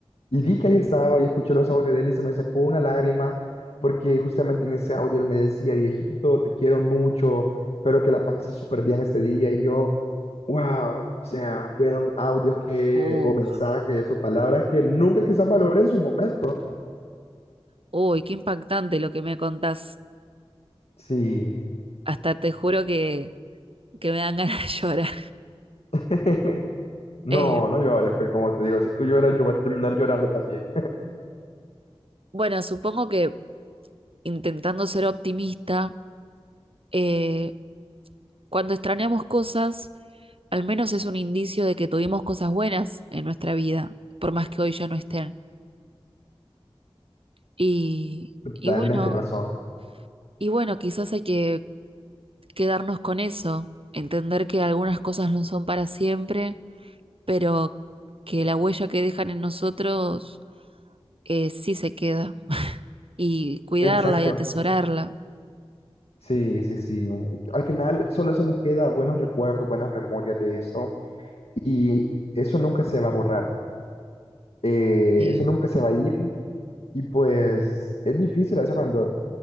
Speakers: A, on the left; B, on the right.
A: Y vi que ahí estaba y escuché los audios de él y se me sacó una lágrima porque justamente en ese audio él me decía, viejito, te quiero mucho, espero que la pases súper bien este día. Y yo, wow, o sea, fueron audios que,
B: Uh,
A: o mensajes o palabras que nunca quizás valoré en su momento.
B: uy, qué impactante lo que me contás.
A: Sí.
B: Hasta te juro que, que me dan <laughs> ganas de llorar.
A: <laughs> No,
B: Eh,
A: no llores, pues como te digo, si tú lloras, yo voy a terminar llorando también.
B: bueno, supongo que intentando ser optimista, eh, cuando extrañamos cosas, al menos es un indicio de que tuvimos cosas buenas en nuestra vida, por más que hoy ya no estén. Y,
A: <laughs> Totalmente
B: y bueno,
A: razón.
B: y bueno, quizás hay que quedarnos con eso, entender que algunas cosas no son para siempre pero que la huella que dejan en nosotros eh, sí se queda y cuidarla
A: Exacto.
B: y atesorarla.
A: Sí, sí, sí. Al final solo eso nos queda buenos recuerdos, buenas memorias de esto. y eso nunca se va a borrar, eh,
B: Eh,
A: eso nunca se va a ir y pues es difícil a veces cuando,